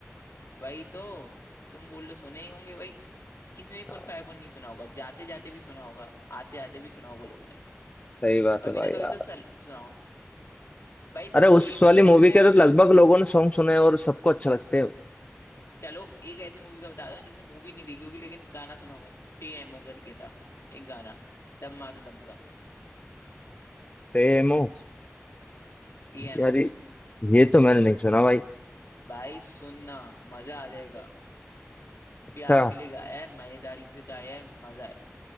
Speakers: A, on the left; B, on the left.
A: भाई तो तुम बोल रहे सुने ही होंगे भाई किसने कुन
B: हाँ,
A: फाया कुन नहीं सुना होगा जाते जाते भी सुना होगा आते आते भी सुना होगा लोगों ने
B: सही बात
A: कभी
B: है भाई
A: ना कभी
B: यार
A: तो सल, सुना होगा भाई
B: अरे उस
A: एक
B: वाली मूवी
A: तुमने
B: के तो लगभग लोगों ने सॉन्ग सुने हैं और सबको अच्छा लगते हैं
A: चलो एक ऐसी मूवी का बता दो जिसने मूवी नहीं देखी होगी लेकिन गाना सुना होगा टीएमओ करके था एक गाना दम मारो दम का
B: प्रेम हो
A: टीएमओ
B: यार ये ये तो मैंने नहीं सुना भाई
A: भाई सुनना मजा आ जाएगा
B: अच्छा
A: प्यार के लिए गाया है मयेदारी से गाया है मजा है